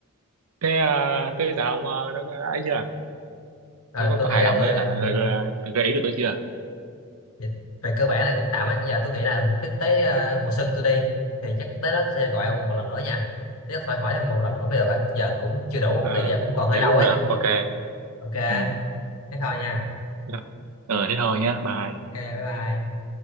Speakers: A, on the right; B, on the left.
A: thế à, thế sao ông ờ, đã, đã ấy chưa
B: Rồi
A: có có
B: tôi
A: có
B: nghĩ
A: hài
B: là
A: lòng
B: tôi
A: với hả
B: um,
A: gợi, gợi, gợi ý của tôi chưa
B: về về cơ bản là cũng tạm á. Giờ tôi nghĩ là tới, tới à, mùa xuân tôi đi thì chắc tới đó tôi sẽ gọi ông một lần nữa nha. Thế phải hỏi em một lần nữa mới được á. Giờ cũng chưa đủ
A: ờ
B: tại vì giờ cũng còn hơi
A: thế
B: lâu
A: cũng
B: ấy.
A: được ok
B: Ok,
A: ừ
B: thế thôi nha.
A: Dạ. ờ thế thôi nhá bye
B: Ok, bye bye.